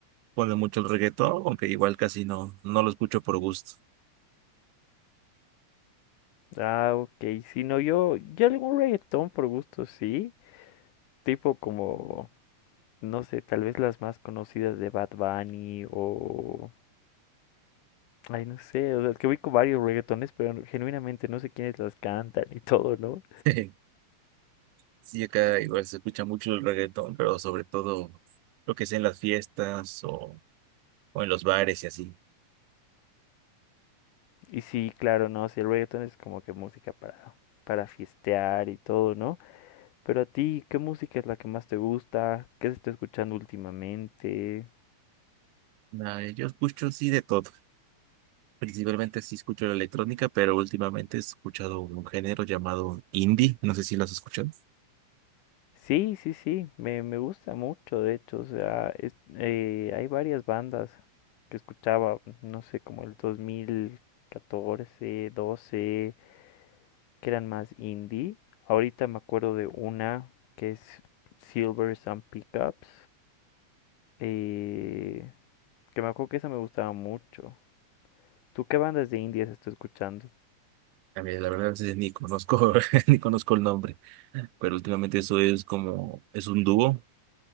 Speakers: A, on the right; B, on the left.
A: pone mucho el reggaetón, aunque igual casi no, no lo escucho por gusto.
B: Ah, ok. Si no, yo, yo algún reggaetón por gusto, sí. Tipo como, no sé, tal vez las más conocidas de Bad Bunny o... Ay, no sé, o sea, es que ubico varios reggaetones, pero no- genuinamente no sé quiénes las cantan y todo, ¿no?
A: <laughs> Sí, acá igual se escucha mucho el reggaetón, pero sobre todo lo que sea en las fiestas o, o en los bares y así.
B: Y sí, claro, no, sí, el reggaetón es como que música para, para fiestear y todo, ¿no? Pero a ti, ¿qué música es la que más te gusta? ¿Qué se está escuchando últimamente?
A: Nah, yo escucho sí de todo. Principalmente sí escucho la electrónica, pero últimamente he escuchado un género llamado indie. No sé si lo has escuchado.
B: Sí, sí, sí, me, me gusta mucho, de hecho, o sea, es- eh, hay varias bandas que escuchaba, no sé, como el dos mil catorce, doce, que eran más indie. Ahorita me acuerdo de una que es Silver and Pickups, eh, que me acuerdo que esa me gustaba mucho. ¿Tú qué bandas de indias estás escuchando?
A: A mí, la verdad, a veces ni conozco, <laughs> ni conozco el nombre. Pero últimamente eso es como, es un dúo.